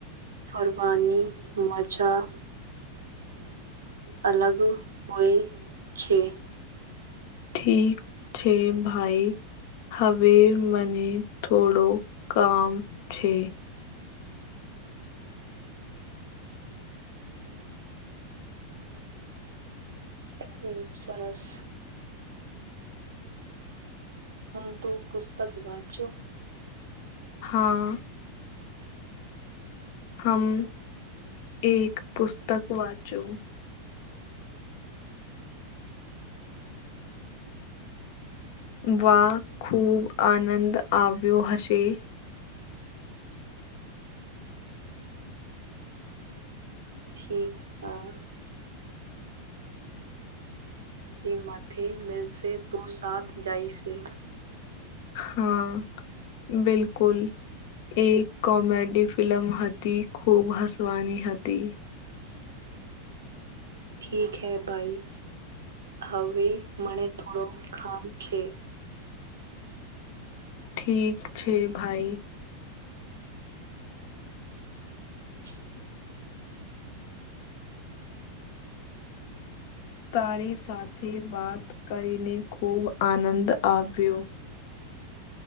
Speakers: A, on the right; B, on the left.
A: ફરવાની મજા અલગ હોય છે
B: ઠીક છે ભાઈ હવે મને થોડો કામ છે
A: ખુબ સરસ હું તું પુસ્તક વાંચજો
B: હા. હમ્મ
A: હમ
B: એક પુસ્તક વાંચું, વા ખૂબ આનંદ આવ્યો હશે.
A: ઠીક હા, એ માથે મિલસે તો સાથ જાઇશે.
B: હા બિલકુલ એક કોમેડી ફિ ફિલ્લમ હતી ખૂબ હસવાની હતી.
A: ઠીક હૈ ભાઈ, હવે મને થોડો ખામ છે.
B: ઠીક છે ભાઈ,
A: <inaudible>
B: તારી સાથે વાત કરીને ખુબ આનંદ આવ્યો.